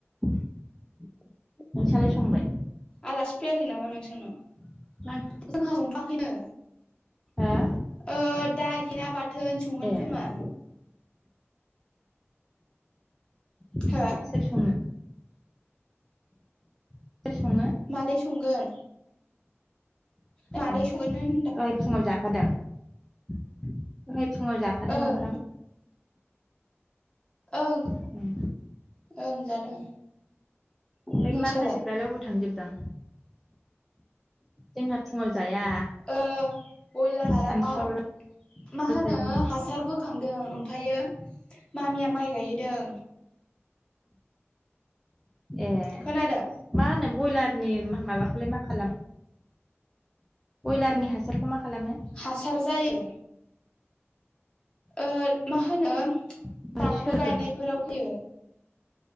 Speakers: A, in the centre; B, on the left.
A: नोंसालाय संबाय?
B: आलासि फैयाखै नामा नोंसानाव?
A: मा
B: जोंहा
A: ओंख्रि
B: संथ'आखैनो।
A: हा?
B: ओ दालि ना बाथोन संगोन
A: ए
B: खोमा।
A: ए
B: हो
A: सोर सङो? सोर सङो
B: मादै संगोन। मादै
A: ए
B: संगोन होनदो।
A: दहाय फुङाव जाखादों दहाय फुङाव जाखादों
B: ओं
A: ओंखाम।
B: ओं
A: उम
B: ओं जादों।
A: ओमफ्राय
B: नोंसालाय
A: माखासेफ्रालाय बहा थांजोबदां? जोंहा फुङाव जाया।
B: ओ बयलार फारामाव
A: सानसुआवल'
B: मा होनो
A: जायो
B: हासारबो बोखांदों ओमफायो मामिया माइ गायहैदों।
A: ए
B: खोनादों
A: मा होनो बयलारनि मा माबाखौलाय मा खालाम बयलारनि हासारखौ मा खालामो?
B: हासार जायो। ओ मा होनो
A: ओमफ्राय
B: बानलु
A: सोर
B: गायनायफोराव
A: लाङो
B: होयो।